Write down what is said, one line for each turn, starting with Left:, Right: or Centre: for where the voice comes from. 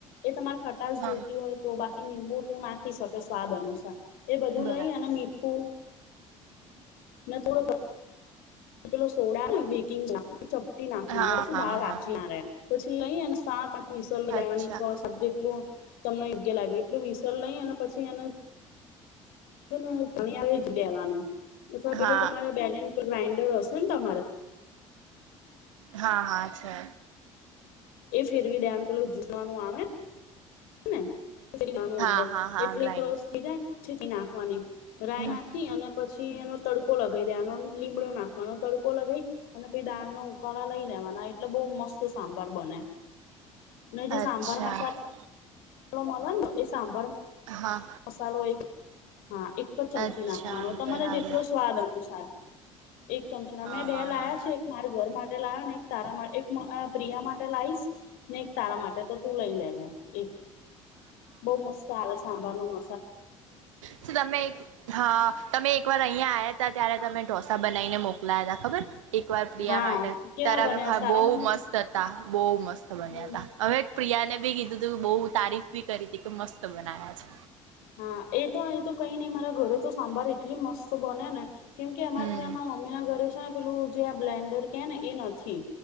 Left: એ તમાર ખટાસ જોઈતી
Right: હા
Left: હોય તો બાકી લીંબુ <unintelligible> ખી શકે સ્વાદ અનુસાર. એ બધું
Right: બરાબર
Left: લઈ અને મીઠું ના થોડો કિલો સોડા બેકિંગ <unintelligible> <unintelligible> નાખવાનું
Right: હા
Left: શું
Right: હા
Left: દાળ કાચી
Right: હા
Left: ના રહે એમ. પછી લઈ અને <unintelligible> વિસલ
Right: અચ્છા
Left: લેવાની છ સાત જેટલું તમને યોગ્ય લાગે, એટલું વિસલ લઈ અને પછી એને <unintelligible> જ દેવાનું, અથવા
Right: હા
Left: પેલું તમારે <unintelligible> ગ્રાઇન્ડર હશે ને તમારે?
Right: હા, હા છે.
Left: એ ફેરવી દેવાનું પેલું <unintelligible> હેને <unintelligible> નાનું
Right: હા
Left: અંદર
Right: હા હા
Left: એટલે
Right: ગ્રાઇન્ડર
Left: ઈ ક્રોસ થઈ જાય. પીસી નાખવાની રાઈ
Right: હમ
Left: નાખી અને પછી એનો તડકો લગાઈ દેવાનો અન લીમડો નાખવાનો, તડકો લગાઈ અને તે દાળ નો ઉકાળા લઈ લેવાના એ એટલે બહુ મસ્ત સાંભાર બને. ન જે
Right: અચ્છા
Left: સાંભાર મસાલ પેલા મલને એ સાંભર
Right: હા
Left: મસાલો એક હા, એક જ ચમચી
Right: અચ્છા
Left: નાખવાનો તમારે
Right: બરાબર
Left: જેટલો સ્વાદ અનુસાર. એક ચમચી
Right: હા
Left: ના મેં બે
Right: હા
Left: લાયા
Right: હા
Left: છે એક મારા ઘર માટે લાયો ને એક તારા મા એક અહ પ્રિયા માટે લાઈશ ને એક તારા માટે તો તું લઈ લેજે એક બઉ મસ્ત આવે સા
Right: હું તમે એક હા તમે એક વાર અહિયાં આયા ત્યાર ત્યારે તમે ઢોસા બનાવીને મોકલાયા હતા ખબર? એક વાર પ્રિયા
Left: હા
Right: માટે
Left: કેવા
Right: ત્યારે
Left: બને
Right: અમે ખા
Left: સારા
Right: બહુ
Left: બને
Right: મસ્ત
Left: તે
Right: હતા, બહુ મસ્ત બન્યા
Left: હમ
Right: હતા. હવે પ્રિયાને બી કીધું તું બહું તારીફ તી કરી તી કે મસ્ત બનાયા છે.
Left: હા, એ તો એ તો કઈ નઈ મારા ઘરે તો સાંભાર એટલી મસ્ત બને ને કેમ કે અમારે
Right: હમ
Left: ત્યાં મા મમ્મી ના ઘરે છે ને પેલું જે આ બ્લેન્ડર કે ને એ નથી.